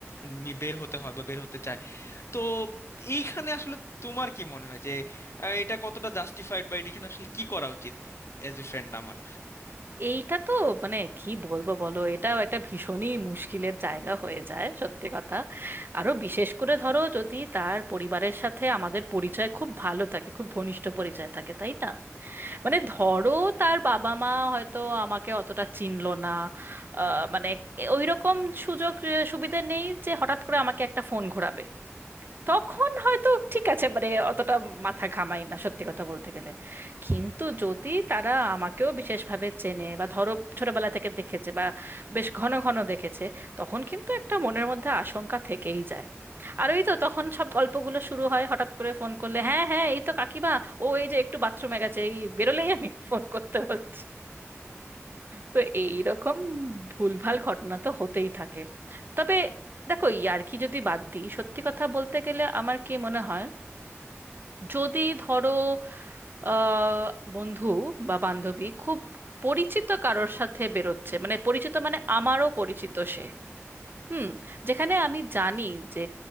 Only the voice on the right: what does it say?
এইটা তো মানে কি বলবো বলো এটাও একটা ভীষণই মুশকিলের জায়গা হয়ে যায় সত্যি কথা আরো বিশেষ করে ধরো যদি তার পরিবারের সাথে আমাদের পরিচয় খুব ভালো থাকে খুব ঘনিষ্ঠ পরিচয় থাকে তাই না মানে ধরো তার বাবা মা হয়তো আমাকে অতটা চিনলো না আহ, মানে ওই রকম সুযোগ আহ, সুবিধা নেই যে হঠাৎ করে আমাকে একটা ফোন ঘোরাবে তখন হয়তো ঠিক আছে মানে অতটা মাথা ঘামাই না সত্যি কথা বলতে গেলে কিন্তু যদি তারা আমাকেও বিশেষভাবে চেনে বা ধরো ছোটবেলা থেকে দেখেছে বা বেশ ঘন ঘন দেখেছে তখন কিন্তু একটা মনের মধ্যে আশঙ্কা থেকেই যায় আর ওই তো তখন সব গল্পগুলো শুরু হয় হঠাৎ করে ফোন করলে হ্যাঁ হ্যাঁ এই তো কাকিমা ও এই যে একটু বাথরুমে গেছে এই বেরোলেই আমি ফোন করতে বলছি তো এইরকম ভুলভাল ঘটনা তো হতেই থাকে তবে দেখো ইয়ার্কি যদি বাদ দিই সত্যি কথা বলতে গেলে আমার কি মনে হয় যদি ধরো আহ, বন্ধু বা বান্ধবী খুব পরিচিত কারোর সাথে বেরোচ্ছে মানে পরিচিত মানে আমারও পরিচিত সে হুম যেখানে আমি জানি যে